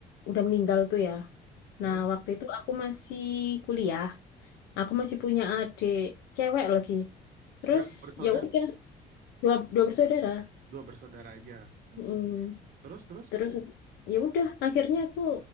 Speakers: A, on the left (about 85°); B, on the right (about 60°).
A: udah meninggal tuh ya.
B: Oh,
A: Nah, waktu itu aku masih kuliah. Aku masih punya adik cewek lagi. Terus
B: berapa bersaudara?
A: ya udah dua dua bersaudara.
B: Dua bersaudara aja. Hmm.
A: Mm.
B: Terus, terus?
A: terus ya udah akhirnya aku